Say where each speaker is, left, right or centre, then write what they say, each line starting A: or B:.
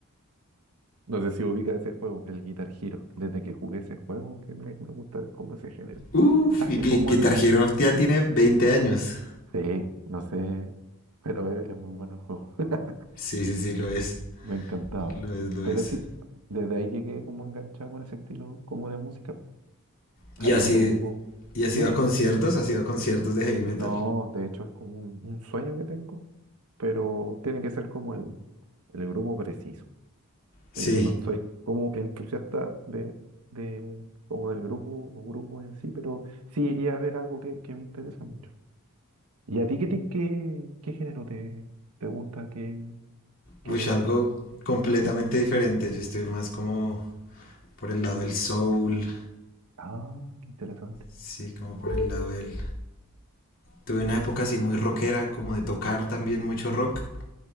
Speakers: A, on the right (about 85°); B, on the left (about 65°).
A: No sé si ubica ese juego, el Guitar Hero. Desde que jugué ese juego, que me, me gusta como ese género.
B: Uf,
A: Más
B: y
A: que
B: Gui-
A: como
B: Guitar
A: el...
B: Hero ya tiene 20 años.
A: Sí, no sé, pero es, es muy bueno el juego. <laughs>
B: Sí, sí, sí, lo es.
A: Me encantaba.
B: Lo es, lo
A: Pero
B: es.
A: sí, desde ahí llegué como enganchado con ese estilo como de música.
B: Y
A: Hay
B: así,
A: otro grupo.
B: y así
A: Dime.
B: va a conciertos,
A: te-
B: así va a conciertos de heavy metal.
A: No, de hecho es como un, un sueño que tengo, pero tiene que ser como el, el grupo preciso.
B: Sí,
A: Y Yo no soy como entusiasta de, de como del grupo o grupo en sí, pero sí iría a ver algo que, que me interesa mucho. ¿Y a ti qué, te- qué, qué género te, te gusta? ¿Qué, qué
B: uy,
A: te gusta?
B: algo completamente diferente. Yo estoy más como por el lado del soul.
A: Ah, qué interesante.
B: Sí, como por el lado del. Tuve una época así muy rockera, como de tocar también mucho rock.